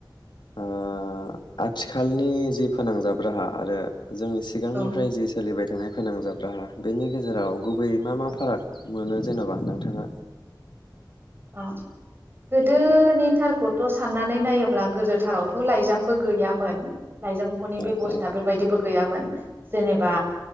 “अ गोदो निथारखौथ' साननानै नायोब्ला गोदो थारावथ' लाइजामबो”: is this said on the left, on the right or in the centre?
Right